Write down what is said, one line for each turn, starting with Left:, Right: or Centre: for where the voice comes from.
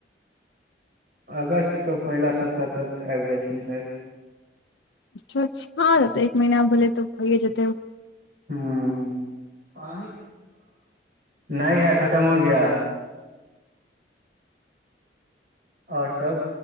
Right: अगस्त त पहिला सप्ताह तक आबि जेयथिन सर
Left: अछ हँ एक महीना भोे तऽ भइए जेतै
Right: ह नहि य खतम हो गया आओर सब